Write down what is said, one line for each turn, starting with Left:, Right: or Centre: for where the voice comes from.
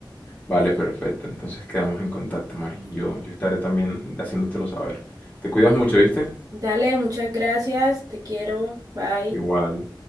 Left: Vale, perfecto. Entonces quedamos en contacto, Mari. Yo, yo estaré también haciéndotelo saber. Te cuidas mucho, ¿viste?
Right: Dale, muchas gracias, te quiero, bye.
Left: Igual.